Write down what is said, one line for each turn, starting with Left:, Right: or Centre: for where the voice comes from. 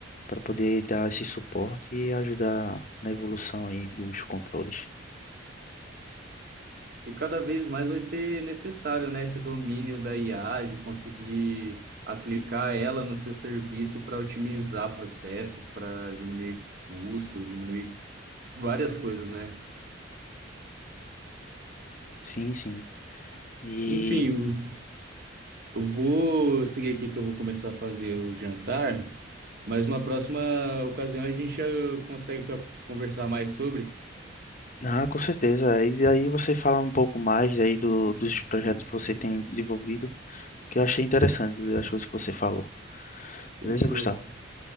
Left: para poder dar esse suporte e ajudar na evolução aí dos controles.
Right: E cada vez mais vai ser necessário, né, esse domínio da IA, de conseguir aplicar ela no seu serviço para otimizar processos, para diminuir custo, diminuir várias coisas, né?
Left: Sim, sim. E
Right: Enfim, eu vou seguir aqui que eu vou começar a fazer o jantar, mas uma próxima ocasião a gente eh, consegue co- conversar mais sobre.
Left: Ah, com certeza. E aí você fala um pouco mais aí do, dos projetos que você tem desenvolvido, que eu achei interessante das coisas que você falou.
Right: Fechou.
Left: Beleza, Gustavo?